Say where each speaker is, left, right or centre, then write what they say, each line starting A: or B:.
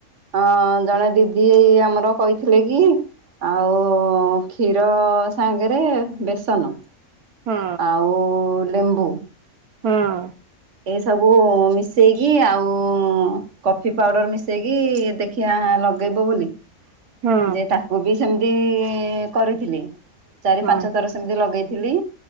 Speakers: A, on the right; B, on the right.
A: ହଁ ଜଣେ ଦିଦି ଏଇ ଆମର କହିଥିଲେ କି? ଆଉ କ୍ଷୀର ସାଙ୍ଗେରେ ବେସନ
B: ହୁଁ
A: ଆଉ ଲେମ୍ବୁ।
B: ହଁ।
A: ଏଇସବୁ ମିଶେଇକି ଆଉ କଫି ପାଉଡର ମିଶେଇକି ଦେଖିଆ ଲଗେଇବ ବୋଲି।
B: ହୁଁ
A: ଯେ ତାକୁ ବି ସେମିତି କରିଥିଲି ଚାରି
B: ହୁଁ
A: ପାଞ୍ଚ ଥର ସେମିତି ଲଗେଇଥିଲି